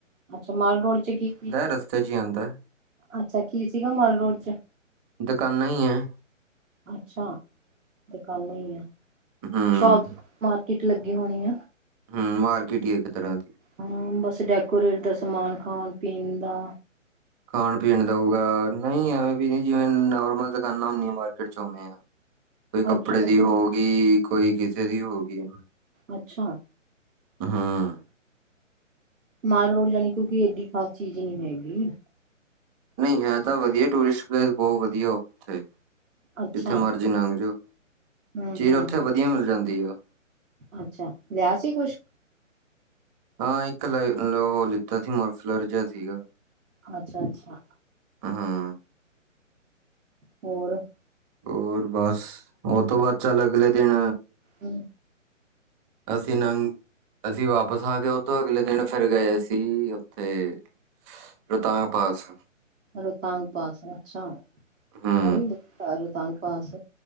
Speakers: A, on the right; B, on the right.
A: ਅੱਛਾ ਮਾਲ ਰੋਡ ਚ ਕੀ - ਕੀ
B: ਰਸਤੇ 'ਚ ਹੀ ਆਂਦਾ ਹੈ।
A: ਅੱਛਾ ਕੀ ਸੀਗਾ ਮਾਲ ਰੋਡ ਚ'
B: ਦੁਕਾਨਾਂ ਹੀ ਹੈ
A: ਅੱਛਾ ਦੁਕਾਨਾਂ ਹੀ ਆ
B: ਹੂੰ
A: ਸ਼ੋਪ? ਮਾਰਕੀਟ ਲੱਗੀ ਹੋਣੀ ਆ।
B: ਹਮ ਮਾਰਕੀਟ ਹੀ ਇੱਕ ਤਰ੍ਹਾਂ ਦੀ।
A: ਹਾਂ। ਬਸ ਡੈਕੋਰੇਟ ਦਾ ਸਮਾਨ ਖਾਣ ਪੀਣ ਦਾ।
B: ਖਾਣ ਪੀਣ ਦਾਊਗਾ ਨਹੀਂ ਐਵੇਂ ਵੀ ਨੀ। ਜਿਵੇਂ ਨੋਰਮਲ ਦੁਕਾਨਾਂ ਹੁੰਦੀ ਮਾਰਕੀਟ ਚ' ਉਵੇਂ ਆ।
A: ਅੱਛਾ
B: ਕੋਈ ਕੱਪੜੇ ਦੀ
A: ਅੱਛਾ
B: ਹੋ ਗਈ ਕੋਈ ਕਿਸੇ ਦੀ ਹੋ ਗਈ।
A: ਅੱਛਾ।
B: ਹਮ।
A: ਮਾਲ ਰੋਲ ਜਾਣੀ ਕੀ ਕਿਉਂਕਿ ਏਡੀ ਖਾਸ ਚੀਜ਼ ਨਹੀਂ ਹੈਗੀ।
B: ਨਹੀਂ ਹੈ। ਤਾਂ ਵਧੀਆ ਟੂਰਿਸਟ ਪਲੇਸ ਬਹੁਤ ਵਧੀਆ ਉੱਥੇ।
A: ਅੱਛਾ
B: ਜਿੱਥੇ ਮਰਜ਼ੀ ਲੰਘ ਜਾਓ।
A: ਹਮ
B: ਚੀਜ਼
A: ਹਮ
B: ਉੱਥੇ ਵਧੀਆ ਮਿਲ ਜਾਂਦੀ ਆ।
A: ਅੱਛਾ ਲਿਆ ਸੀ ਕੁਛ।
B: ਹਾਂ। ਇੱਕ ਲਿਆ ਹੋ ਲਿੱਤਾ ਸੀ ਮਫਲਾਰ ਜਿਹਾ ਸੀਗਾ।
A: ਅੱਛਾ - ਅੱਛਾ।
B: ਹਮ ਹਾਂ।
A: ਹੋਰ।
B: ਹੋਰ ਬਸ। ਉਹ ਤੋਂ ਬਾਅਦ ਚੱਲ ਅਗਲੇ ਦਿਨ।
A: ਹਮ।
B: ਅਸੀਂ ਨੰਗ। ਅਸੀਂ ਵਾਪਸ ਆ ਕੇ। ਉਥੋਂ ਅਗਲੇ ਦਿਨ ਫਿਰ ਗਏ ਸੀ ਉੱਥੇ? ਰੋਹਤਾਗ ਤਾਂ ਪਾਸ।
A: ਰੋਹਤਾਂਗ ਪਾਸ ਅੱਛਾ।
B: ਹੂੰ
A: ਉਹੀ ਵੀ ਰੋਹਤਾਂਗ ਪਾਸ